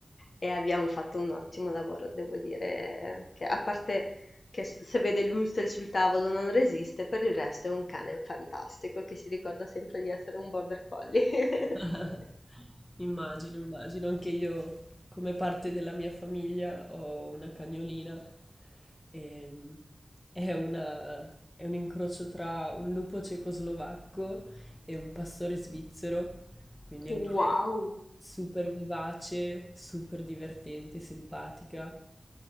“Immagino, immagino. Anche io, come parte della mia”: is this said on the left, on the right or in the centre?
Left